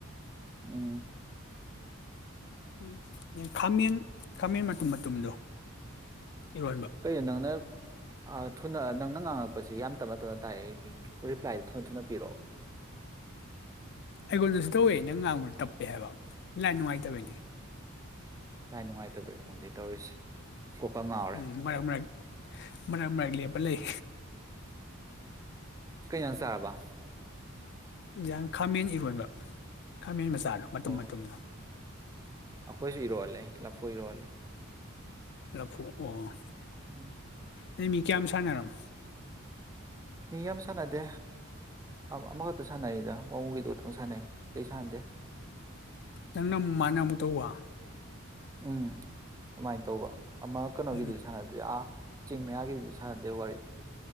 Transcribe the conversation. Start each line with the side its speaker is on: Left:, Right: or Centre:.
Right: ꯎꯝ꯫
Left: ꯎꯝ ꯈꯥꯃꯦꯟ ꯈꯥꯃꯦꯟ ꯃꯇꯨꯝ - ꯃꯇꯨꯝꯗꯣ꯫ ꯏꯔꯣꯟꯕ
Right: ꯀꯩ ꯅꯪ ꯅꯥ ꯊꯨꯅ ꯅꯪꯅ ꯉꯥꯡꯉꯛꯄꯁꯤ ꯌꯥꯝ ꯇꯞꯅ - ꯇꯞꯅ ꯇꯥꯏ ꯔꯤꯄ꯭ꯂꯥꯏꯗꯣ ꯊꯨꯅ ꯊꯨꯅ ꯄꯤꯔꯛꯑꯣ꯫
Left: ꯑꯩꯉꯣꯟꯗꯁꯨ ꯇꯧꯋꯦ ꯅꯪ ꯉꯥꯡꯕ ꯇꯞꯄꯦ ꯍꯥꯏꯕ ꯂꯥꯏ ꯅꯨꯡꯉꯥꯏ ꯇꯕꯩꯅꯦ
Right: ꯂꯥꯏꯟ ꯅꯨꯡꯉꯥꯏꯇꯕꯩꯔ ꯈꯪꯗꯦ ꯇꯧꯔꯤꯁꯦ꯫ ꯀꯣꯛꯀ ꯉꯥꯎꯔꯦ
Left: ꯎꯝ ꯃꯔꯛ - ꯃꯔꯛ ꯃꯔꯛ - ꯃꯔꯛ ꯂꯦꯄ ꯄ ꯂꯩ
Right: ꯀꯩ ꯖꯥꯡ ꯆꯥꯔꯕ?
Left: ꯏꯟꯖꯥꯡ ꯈꯥꯃꯦꯟ ꯏꯔꯣꯟꯕ ꯈꯥꯃꯦꯟ ꯃꯆꯥ꯫ ꯆꯥꯗꯣ ꯃꯇꯨꯝ
Right: ꯑꯣ
Left: - ꯃꯇꯨꯝꯗꯣ꯫
Right: ꯑꯩꯈꯣꯏꯁꯨ ꯏꯔꯣꯜꯂꯦ ꯂꯐꯨ ꯏꯔꯣꯜꯂꯦ꯫
Left: ꯂꯥꯐꯨ ꯑꯣ꯫
Right: ꯎꯝ꯫
Left: ꯅꯩ ꯃꯤ ꯀꯌꯥꯝ ꯁꯥꯟꯅꯔꯃꯣ?
Right: ꯃꯤ ꯌꯥꯝ ꯁꯥꯟꯅꯗꯦ ꯑꯃꯈꯛꯇ ꯁꯥꯟꯅꯔꯤꯗ ꯋꯥꯉꯨꯒꯤꯗꯨ ꯇꯪ ꯁꯥꯟꯅꯩ ꯑꯇꯩ ꯁꯥꯟꯅꯗꯦ꯫
Left: ꯅꯪꯅ ꯃꯥꯅ ꯑꯃꯨ ꯇꯧꯕ ꯫
Right: ꯑꯝ꯫ ꯑꯗꯨꯃꯥꯏꯅ ꯇꯧꯕ ꯑꯃ ꯀꯩꯅꯣꯒꯤꯗꯨꯗꯤ
Left: ꯎꯝ
Right: ꯁꯥꯟꯅꯗ꯭ꯔꯤ ꯑꯥ ꯆꯤꯡ ꯃꯌꯥꯒꯤꯗꯨꯗꯤ ꯁꯥꯟꯅꯗꯦ ꯋꯥꯔꯤ꯫